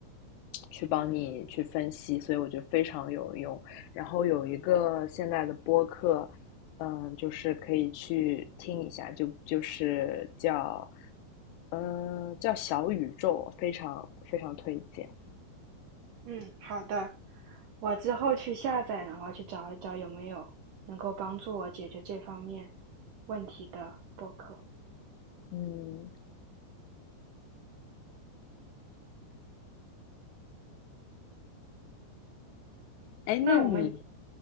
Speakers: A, on the left (about 80°); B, on the right (about 65°).
A: 去帮你去分析，所以我觉得非常有用。然后有一个现在的播客，嗯，就是可以去听一下，就就是叫，呃，叫小宇宙，非常非常推荐。
B: 嗯，好的，我之后去下载，然后去找一找有没有能够帮助我解决这方面问题的播客。
A: 嗯，哎，
B: 那我们，
A: 那你